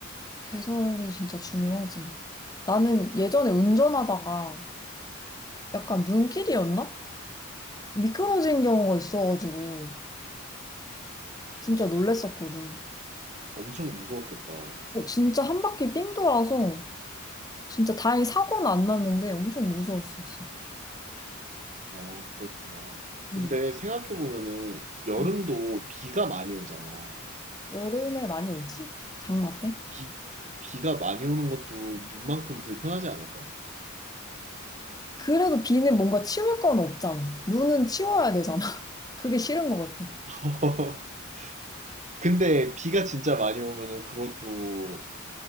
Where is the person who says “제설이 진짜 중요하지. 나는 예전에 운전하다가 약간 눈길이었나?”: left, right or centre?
Left